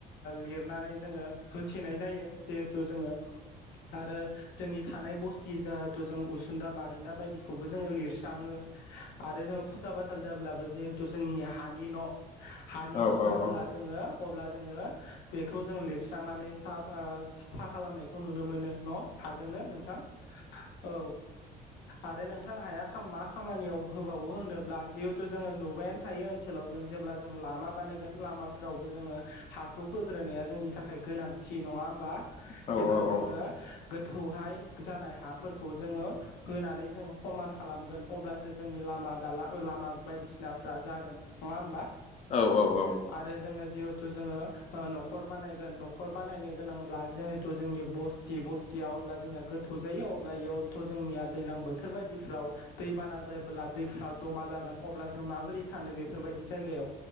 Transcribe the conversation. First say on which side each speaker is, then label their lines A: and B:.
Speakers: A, on the left; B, on the left.
A: लिरनानै जोङो होथेनाय जायो जिहेथु जोङो आरो जोंनि थानाय बस्थि जाहेथु जों उसुंदा बारान्दा बायदिखौबो जोङो लिरस्राङो आरो जोङो फुसा बाथाल जाब्लाबो जिहेथु जोंनिया हानि न' हानि
B: औ
A: न'
B: औ औ
A: जाबोला
B: औ
A: जोङो अब्ला जोङो बेखौ जों लिर स्रांनानै सा ओ साफा खालामनायखौ नुनो मोनो न' हाजोंनो नोंथां औ आरो नोंथां हाया खाम-मा खामानियाव होबावो होनोब्ला जिहेथु जोङो नुबायानो थायो ओनसोलाव जों जेब्ला जों लामा बानायगोन लामाफोरावबो जोङो हाखौ होग्रोनाया जोंनि थाखाय गोनांथि नङा होमबा
B: औ
A: जेब्ला जोङो
B: औ
A: गोथौहाय जानाय हाफोरखौ जोङो होनानै जोङो खमान खालामगोन अब्लासो जोंनि लामा दाला लामा बायदिसिनाफ्रा जागोन नङा होमबा
B: औ औ औ
A: आरो जोङो जिहेथु जोङो न'खर बानायगोन न'खर बानायनो गोनांब्ला जो थु जोंनि बस्थि बस्थिया अब्ला जोंनिया गोथौ जायो अब्ला एयावथ' जोंनिया दैज्लां बोथोर बायदिफ्राव दै बाना जायोबोब्ला दैफ्रा जमा जागोन अब्ला जों माबोरै थानो बेफोरबायदि जायगायाव